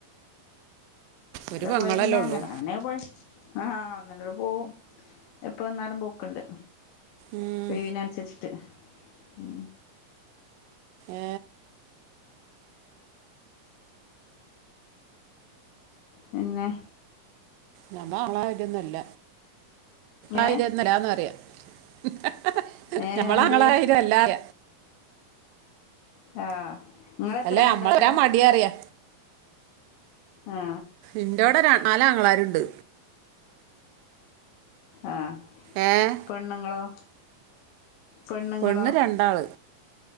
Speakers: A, on the right (about 80°); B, on the left (about 75°).
A: ഒരു
B: എടെ
A: പെങ്ങളല്ലേ
B: പോയ പിന്നെ
A: ഉള്ളൂ
B: അങ്ങനെന്നെ പോയ ആഹാ അന്നടെ പോവും എപ്പ വന്നാലും പോക്ക് ഉണ്ട്
A: ഉം
B: ഒവിനനുസരിച്ചിട്ട് ഉ
A: ഏ
B: പിന്നെ
A: ഞത ആളതൊന്നല്ല ആളന്നല്ലന്ന
B: ഏ
A: അറിയ <unintelligible> <unintelligible>
B: ഏ
A: ഞമ്മളാങ്ങളായിര
B: എന്തേ
A: അല്ലറ
B: ആ നിങ്ങളെത്ര
A: അല്ലെ
B: ആളുണ്ടപ്പോ
A: അമ്മാക്ക മടിയറിയാ
B: ആ
A: എന്റെവിടെ രണ്ട നാലാങ്ങളരുണ്ട്
B: ആ
A: ഏഹ്
B: പെണ്ണുങ്ങളോ പെണ്ണുങ്ങളോ
A: പെണ്ണ് രണ്ടാള്